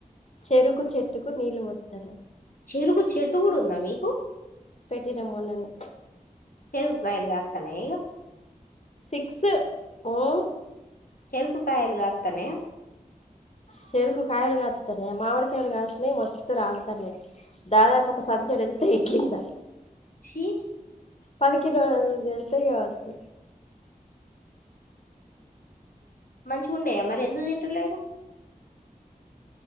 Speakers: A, on the left; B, on the left.
A: చెరుకు చెట్టుకు నీళ్ళు పోతన
B: చెరుకు చెట్టు కూడా ఉందా మీకు
A: పెట్టిన మొన్ననే
B: చేరుకుగాయలుగాతనేగా
A: సిక్స్ ఉ
B: చెరుకుకాయలుగతనయ
A: చెరుకు కాయలు కత్ తనె మామిడికాయలు కాషినయి మోస్త త్ రాల్తానాయ్ దాదాపు ఒక సంచడు ఎళ్తయ్ కింద.
B: ఛీ
A: పది కిలోలు వెళ్తాయి కవచ్చు.
B: మంచిగా ఉంనయా మరి ఎందుకు తింటలేరు.